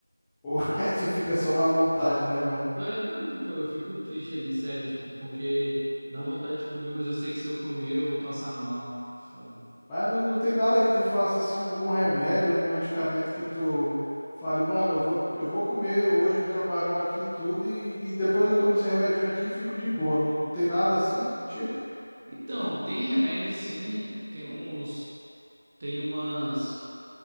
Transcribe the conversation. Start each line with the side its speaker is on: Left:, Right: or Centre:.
Centre: Ou <laughs> aí tu fica só na vontade, né, mano?
Right: Tu é doido, pô. Eu fico triste ali, sério, tipo, porque dá vontade de comer, mas eu sei que se eu comer eu vou passar mal. É Foda.
Centre: Mas não, não tem nada que tu faça assim, algum remédio, algum medicamento que tu fale, mano, eu vou, eu vou comer hoje camarão aqui e tudo, e, e depois eu tomo esse remedinho aqui e fico de boa. Não, não tem nada assim do tipo?
Right: Então, tem remédio sim, tem uns. Tem umas.